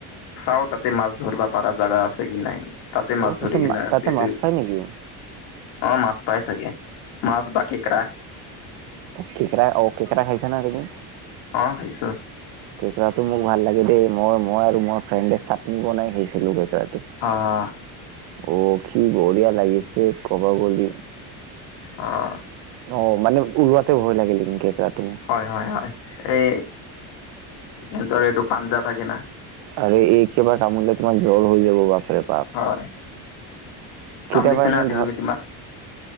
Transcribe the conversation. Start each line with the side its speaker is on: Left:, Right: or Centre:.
Left: চাও তাতে মাছ ধৰিবা পাৰা জাগা আছে কি নাই। তাতে
Right: অ
Left: মাছ ধৰি কি না
Right: তাতে
Left: পেটে।
Right: মাছ পাই নেকি?
Left: অ', মাছ পাই চাগে মাছ বা কেকৰা।
Right: কেকেৰা অঁ কেকেৰা খাইছে না তুমি?
Left: অ', খাইচো।
Right: কেকৰাটো মোক ভাল লাগে দেই মই মই আৰু মোৰ ফ্ৰেণ্ডে চাটনি বনাই শিছিলোঁ কেকৰাটোত।
Left: অ'।
Right: অ', কি বঢ়িয়া লাগিছে কবা গলি।
Left: অ'।
Right: অ', মানে ওলোৱাতে ভয় লাগিলে কিন্তু কেকৰাটো।
Left: হয় হয় হয় এই সিহঁতৰ এইটো পাঞ্জাৱ থাকে না।
Right: আৰু এই কেইবা কামৰিলে তোমাৰ জ্বৰ হৈ যাব বাপে।
Left: হয়। কামৰিছে
Right: কেতিয়াবা এনেই
Left: না আজিলৈকে
Right: ধৰ
Left: তোমাক